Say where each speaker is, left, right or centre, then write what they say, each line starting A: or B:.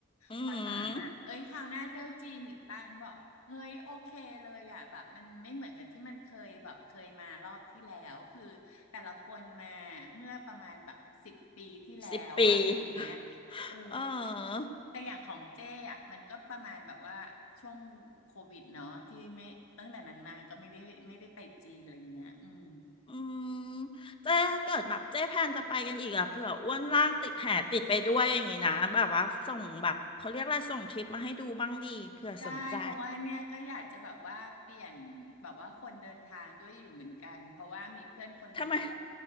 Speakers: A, on the left; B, on the left.
A: อื
B: พอถามอ่ะเอ้ยคราวหน้าเที่ยวจีนอีกป้ามนบอกเฮ้ยโอเคเลยอ่ะแบบมันไม่เหมือนกับที่มันเคยแบบเคยมารอบที่แล้วคือแต่ละคนมาเมื่อประมาณแบบสิบปีที่แล้วอ่ะอะไรอย่างเงี้ย
A: มสิบปี <laughs>
B: เออ
A: เออ
B: แต่อย่างของเจ้อะมันก็ประมาณแบบว่าช่วงโควิดเนาะที่ไม่ตั้งแต่นั้นมาก็ไม่ได้ไม่ได้ไปจีนอะไรเงี้ยอืม
A: อืมเจ๊ถ้าเกิดแบบเจ๊แพนจะไปกันอีกอะเผื่ออ้วนล่างติดแห่ติดไปด้วยอย่างงี้นะแบบว่าส่งแบบเขาเรียกอะไรส่งทริปมาให้ดูบ้างดีเผื่อสนใจ
B: ได้เพราะว่าเนี่ยก็อยากจะแบบว่าเปลี่ยนแบบว่าคนเดินทางด้วยอยู่เหมือนกันเพราะว่ามีเพื่อนคนหนึ่งก็
A: ทำไม